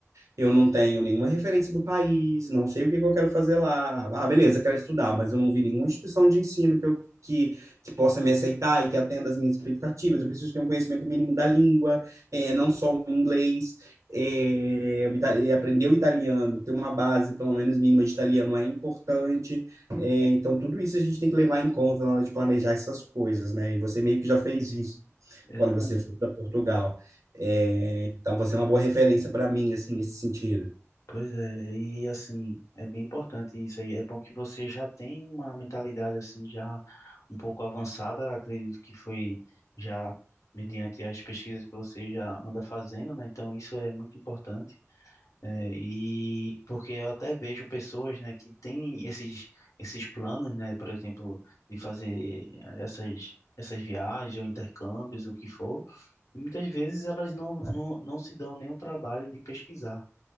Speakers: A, on the right; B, on the left.
A: eu não tenho nenhuma referência do país, não sei o que que eu quero fazer lá. Ah, beleza, quero estudar, mas eu não vi nenhuma instituição de ensino que eu que, que possa me aceitar e que atenda as minhas expectativas. Eu preciso ter um conhecimento mínimo da língua, é, não só o inglês, é, o é, aprender o italiano, ter uma base, pelo menos mínima de italiano é importante. É, então, tudo isso a gente tem que levar em conta na hora de planejar essas coisas, né? E você meio que já fez isso
B: Exatamente.
A: quando você foi para Portugal. É, então você é uma boa referência para mim, assim, nesse sentido.
B: Pois é, e assim, é bem importante isso aí. É bom que você já tem uma mentalidade assim já um pouco avançada, acredito que foi já mediante as pesquisas que você já anda fazendo, né? Então isso é muito importante. É, e porque eu até vejo pessoas, né, que têm esses esses planos, né, por exemplo, de fazer essas essas viagens ou intercâmbios, o que for, e muitas vezes elas não, não, não se dão nem o trabalho de pesquisar.